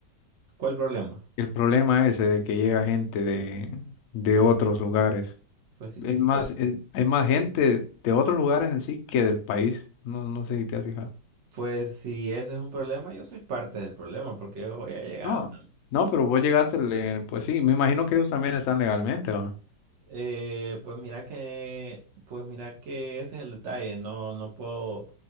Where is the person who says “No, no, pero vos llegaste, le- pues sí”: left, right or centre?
Left